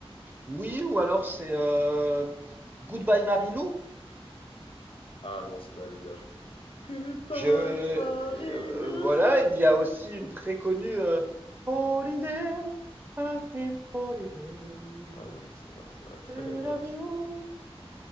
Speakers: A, on the right; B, on the left.
A: Oui, ou alors c'est euh, Goodbye Marilou.
B: Ah non, celle-là, elle est bien, j'avoue. Goodbye,
A: Je, euh,
B: Marie-Lou.
A: voilà, il y a aussi une très connue euh, Holiday, I've been holiday,
B: Ah oui, c'est vrai, c'est vrai. <laughs>
A: c'est
B: J'avoue,
A: l'avion.
B: c'était-